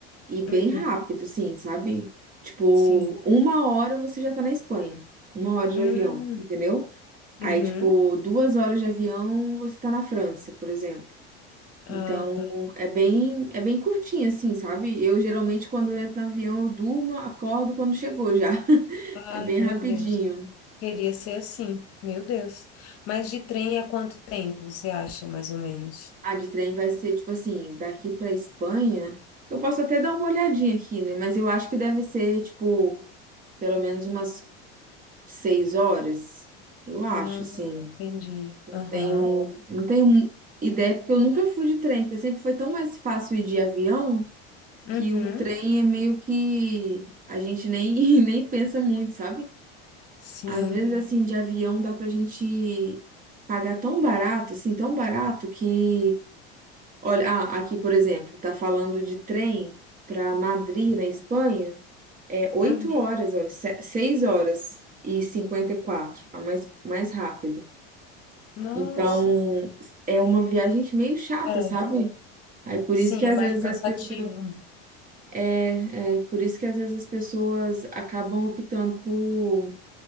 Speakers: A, on the right; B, on the left.
A: e bem
B: Uhum.
A: rápido, assim, sabe? Tipo,
B: Sim.
A: uma hora você já tá na Espanha. Uma hora de
B: Hum,
A: avião, entendeu? Aí,
B: Uhum.
A: tipo, duas horas de avião você tá na França, por exemplo.
B: Ah,
A: Então,
B: tá.
A: é bem, é bem curtinho, assim, sabe? Eu, geralmente, quando eu entro no avião, eu durmo, acordo quando chegou já. <laughs>
B: Ai,
A: É bem
B: meu
A: rapidinho.
B: Deus. Queria ser assim, meu Deus. Mas de trem é quanto tempo você acha, mais ou menos?
A: A de trem vai ser tipo assim, daqui pra Espanha. Eu posso até dar uma olhadinha aqui, né? Mas eu acho que deve ser, tipo, pelo menos umas seis horas. Eu acho,
B: Ah,
A: assim.
B: entendi. Aham.
A: Tenho, não tenho ideia, porque eu nunca fui de trem, porque sempre foi tão mais fácil ir de avião
B: Uhum.
A: que o trem é meio que a gente nem, <laughs> nem pensa muito, sabe?
B: Sim.
A: Às vezes, Sim. assim, de avião dá pra gente pagar tão barato, assim, tão barato que Olha, ah, aqui, por exemplo, tá falando de trem para Madrid, na Espanha, é oito
B: Uhum.
A: horas, olha, se- seis horas e cinquenta e quatro, a mais, mais rápido.
B: Nossa.
A: Então, é uma viagem meio chata,
B: É.
A: sabe? Aí por
B: Sim,
A: isso que às
B: é mais
A: vezes
B: cansativo.
A: as pessoas é, é por isso que às vezes as pessoas acabam optando por,